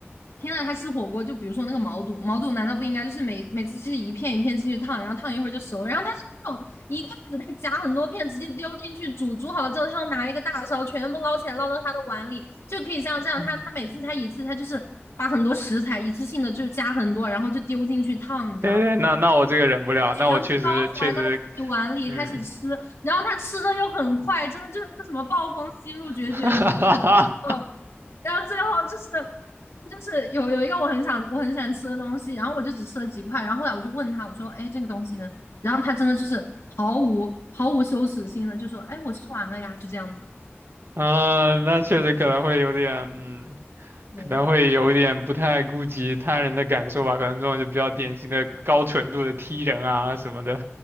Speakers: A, on the left; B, on the right.
A: 天呐，他吃火锅就比如说那个毛肚，毛肚难道不应该就是每每次就是一片一片进去烫，然后烫一会儿就熟，然后他是那种一筷子他夹很多片直接丢进去煮，煮好了之后他要拿一个大勺全部捞起来捞到他的碗里，就可以像这样，
B: 嗯，
A: 他他每次他一次他就是把很多食材一次性的就是加很多，然后就丢进去烫，你知道
B: 对对，那那我这个忍不了，
A: 全部捞出来到自己碗里开始吃，
B: 那我确实确实。嗯，
A: 然后他吃的又很快，真的就是那个什么暴风吸入绝绝子，
B: <laughs> 哈哈哈，
A: 嗯，然后最后就是就是有有一个我很想我很喜欢吃的东西，然后我就只吃了几块，然后后来我就问他，我说，哎，这个东西呢？然后他真的就是毫无毫无羞耻心的就说，哎，我吃完了呀，就这样子。
B: 啊，那确实可能会有点，嗯，
A: 对，
B: 可能会有点不太顾及他人的感受吧，可能这种就比较典型的高纯度的 T 人啊什么的。